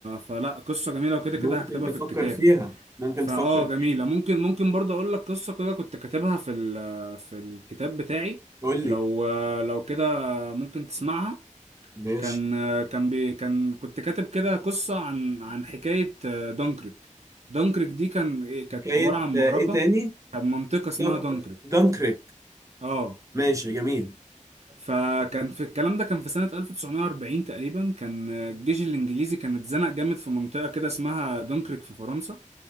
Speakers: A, on the right; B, on the right.
A: فلا قصة جميلة وكده
B: ممكن
A: كده هكتبها
B: تفكر
A: في الكتاب
B: فيها ممكن
A: فآه
B: تفكر
A: جميلة
B: فيها
A: ممكن ممكن برضو أقول لك قصة كده كنت كاتبها في ال... في الكتاب بتاعي
B: قول
A: لو
B: لي
A: لو كده ممكن تسمعها
B: ماشي
A: كان كان بي... كان كنت كاتب كده قصة عن عن حكاية دانكريك دانكريك دي كان كانت
B: حكاية
A: عبارة عن
B: آه،
A: معركة
B: ايه تاني
A: كان منطقة اسمها
B: دان-
A: دانكريك
B: دانكريك
A: اه
B: ماشي جميل
A: فكان في الكلام ده كان في سنة 1940 تقريبا كان الجيش الإنجليزي كان اتزنق جامد في منطقة كده اسمها دونكرك في فرنسا